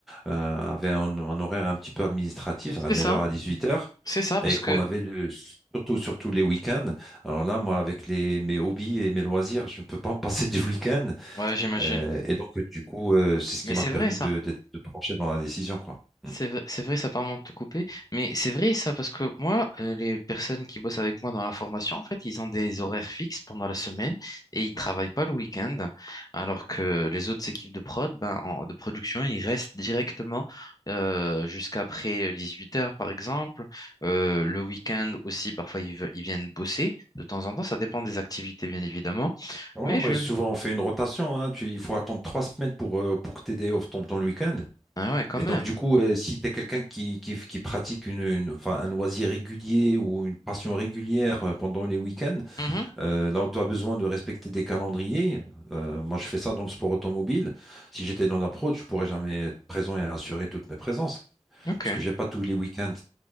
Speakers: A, in the centre; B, on the left.
A: euh, avait un, un horaire un petit peu administratif, à
B: C'est
A: 9
B: ça,
A: heures à 18 heures
B: c'est ça, parce
A: et qu'on
B: que,
A: avait le, surtout, surtout les week-ends. Alors là, moi, avec les, mes hobbies et mes loisirs, je ne peux pas me passer du week-end.
B: ouais, j'imagine.
A: Euh, et donc, du coup, euh, c'est ce qui
B: Mais
A: m'a
B: c'est
A: permis
B: vrai, ça.
A: de, d'être- de trancher dans la décision, quoi. Mm.
B: C'est vrai, c'est vrai, ça permet de tout couper, mais c'est vrai ça parce que moi, euh, les personnes qui bossent avec moi dans la formation, en fait, ils ont des horaires fixes pendant la semaine et ils travaillent pas le week-end, alors que les autres équipes de prod, ben, en- de production, ils restent directement euh, jusqu'après huit heures par exemple. Euh, le week-end aussi, parfois ils, ve- ils viennent bosser de temps en temps, ça dépend des activités bien évidemment,
A: Ouais,
B: mais
A: mais
B: je,
A: souvent, on fait une rotation. hein. Tu, il faut attendre trois semaines pour, euh, pour que tes day off tombent dans le week-end.
B: ah ouais, quand
A: Et
B: même.
A: donc, du coup, euh, si tu es quelqu'un qui, qui, qui pratique une, une- enfin, un loisir régulier ou une passion régulière euh, pendant les week-ends,
B: Mhm.
A: euh, là où tu as besoin de respecter des calendriers, euh, moi je fais ça dans le sport automobile. Si j'étais dans la prod, je pourrais jamais être présent et assurer toutes mes présences,
B: Ok,
A: parce que j'ai pas tous les week-ends,